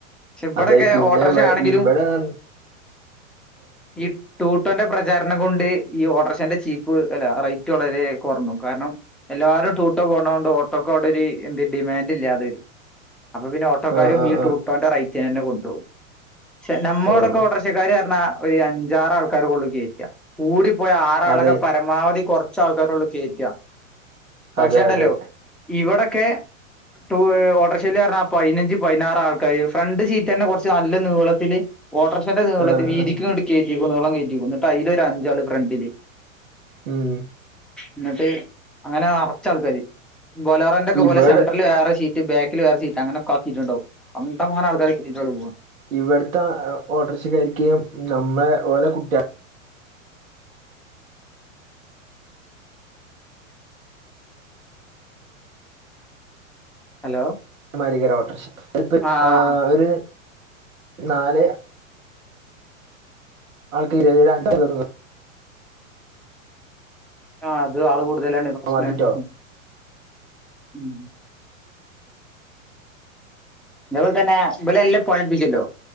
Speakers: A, in the centre; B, on the right.
A: ക്ഷെ ഇബടെക്കെ
B: അതെ പിന്നെ
A: ഓട്ടറിക്ഷണെങ്കിലും
B: ഇവിടെ ഇവിടെ ആഹ്
A: ഈ ടൂട്ടോന്റെ പ്രചാരണം കൊണ്ട് ഈ ഓട്ടർഷന്റെ ചീപ്പ് അല്ല റേറ്റ് വളരെ കൊറ്ഞ്ഞു കാരണം എല്ലാരും ടുട്ടോ പോണോണ്ട് ഓ ഓട്ടോകോടൊര് എന്ത്‌ ഡിമാന്റ് ഇല്ലാതെരും അപ്പ പിന്നെ ഓട്ടോകാരും
B: ആഹ് ആഹ്
A: ഈ
B: ആഹ്
A: ടു ട്ടോന്റെ റൈറ്റിനെന്നെ കൊണ്ടോകും പക്ഷെ നമ്മോടൊക്കെവിടെ
B: ഓഹ്
A: പച്ചക്കാറ്ഞ്ഞാ ഒരു അഞ്ചാറ് ആൾക്കാരൊക്കള്ളു കേയ്റ്റാ കൂടി പോയ ആറാളൊക്കെപരമാവധി
B: അതെ
A: കൊറ് കൊറച്ചു ആൾക്കാരൊള്ളു കേറ്റാ പക്ഷേ
B: അതെ
A: ഇണ്ടല്ലോ
B: അതെ
A: ഇവിടെക്കെ ടു ഓട്ടോറിക്ഷ പറഞ്ഞാ പതിനഞ്ച് പതിനാറ് ആൾക്കാര് ഫ്രണ്ട് സീറ്റ് തന്നെ കൊറച്ച് നല്ല നീളത്തില് ഓട്ടോറക്ഷന്റെ നീള
B: ആഹ്
A: വീതിക്ക്
B: ആഹ്
A: കേറ്റിക്കും നീളം കേറ്റിക്കോുന്നു കേട്ട് അതിൽൊ ഒരു അഞ്ചാള് ഫ്രണ്ടില്
B: ഉം
A: എന്നിട്ട് അങ്ങനെ നിറച്ച ആൾക്കാർ ബലോറിന്റെ ഒക്കെ
B: ഇവിടെ
A: പോലെ സെൻററിില് വേറെ സീറ്റ് ബാക്കിൽ വേറെീറ്റ് അങ്ങനെക്കെക്കിയിട്ടുണ്ടാവും കണ്ട മാനം ആൾക്കാരെ കിട്ടിട്ടേ ഓള് പോവാ
B: ഇവിടത്തെ ഓർട്ടർസകാരിക്ക് നമ്മളെ ഓലെ കുട്വ
A: ഹലോ
B: മാഥിരിയേക്കാരം ഓട്ടർഷ പ്പോ
A: ആഹ്
B: ഒരു നാലെ ആൾക്ക് <unintelligible>
A: ആഹ് അത് ആള് കൂടതല്ലാണ പ്രശ്ന
B: മതിട്ടോ
A: ഉ ഉം ഇതുപോലെ തന്നെ എല്ല പണിട്പ്പിച്ചുല്ലോ